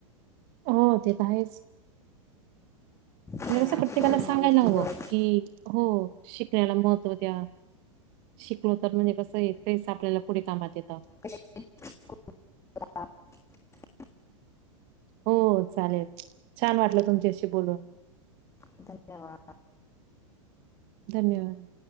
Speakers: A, on the right; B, on the left.
A: हो ते तर आहेच. म्हणजे
B: चला
A: कसं प्रत्येकाला
B: शिक्षण
A: सांगायला
B: या गोष्टीवर
A: हवं की हो शिकण्याला महत्त्व द्या. शिकलो तर म्हणजे कसं य तेस आपल्याला पुढे कामात येतं.
B: <unintelligible>
A: हो चालेल, छान वाटलं तुमच्याशी बोलून.
B: धन्यवाद.
A: धन्यवाद.